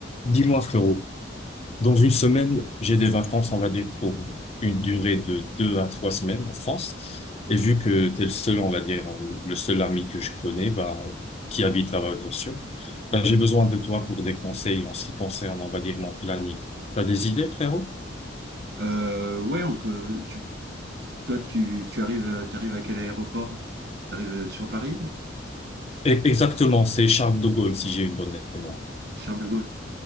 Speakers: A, on the left; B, on the right.
A: Dis-moi, frérot, dans une semaine, j'ai des vacances, on va dire, pour une durée de deux à trois semaines en France. Et vu que t'es le seul, on va dire, euh, le seul ami que je connais, bah, qui habite là-bas, bien sûr, bah, j'ai besoin de toi pour des conseils en ce qui concerne, on va dire, mon planning. T'as des idées, frérot?
B: Euh, ouais, on peut. Tu, toi, tu, tu arrives, euh, t'arrives à quel aéroport? T'arrives euh, sur Paris, ou
A: E- Exactement, c'est Charles de Gaulle, si j'ai une bonne mémoire.
B: Charles de Gaulle.